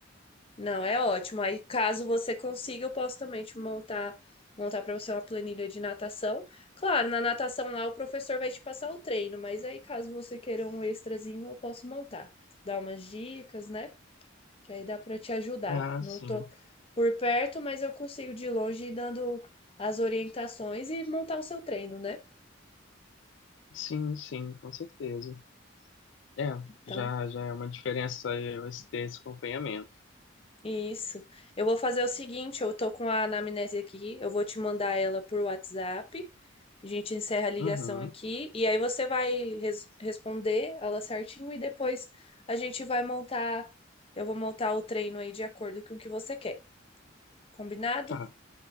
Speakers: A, on the left (about 30°); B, on the left (about 65°).
A: Não, é ótimo. Aí, caso você consiga, eu posso também te montar montar para você uma planilha de natação. Claro, na natação lá o professor vai te passar o treino, mas aí caso você queira um extrazinho, eu posso montar, dar umas dicas, né? que aí dá para te ajudar.
B: Ah,
A: Não
B: sim.
A: tô por perto, mas eu consigo de longe ir dando as orientações e montar o seu treino, né?
B: Sim, sim, com certeza. É,
A: Então,
B: já, já é uma diferença eu ter esse acompanhamento.
A: isso. Eu vou fazer o seguinte, eu tô com a anamnese aqui, eu vou te mandar ela por WhatsApp. A gente encerra a ligação
B: Uhum.
A: aqui e aí você vai res- responder ela certinho e depois a gente vai montar, eu vou montar o treino aí de acordo com o que você quer. Combinado?
B: Tá,